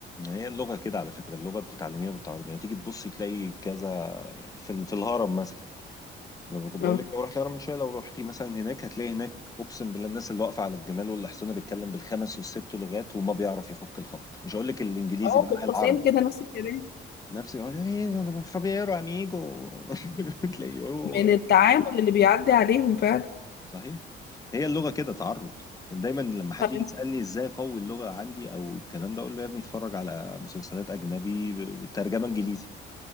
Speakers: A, on the left; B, on the left.
A: هي اللغة كده على فكرة اللغة بتتعلميها بالتعرض يعني تيجي تبصي تلاقي كذا في, ال- في الهرم مثلا لما كنت بقول
B: اه
A: لك لو رحت الهرم من شويه لو رحتي مثلا هناك هتلاقي هناك اقسم بالله الناس اللي واقفه على الجمال والحصانه بيتكلم بالخمس والست لغات وما بيعرف يفك الخط مش هقول لك الانجليزي
B: اه
A: بقى
B: في القوسين
A: لا العربي
B: كده نفس الكلام
A: نفسي يقول "إيه، فابيرو اميجو <laughs> تلاقيه هو
B: من التعامل اللي بيعدي عليهم فعلا
A: صحيح هي اللغه كده تعرض دايما لما حد
B: طب
A: يجي
B: انت
A: يسالني ازاي اقوي اللغه عندي او الكلام ده اقول له يا ابني اتفرج على مسلسلات اجنبي بترجمه انجليزي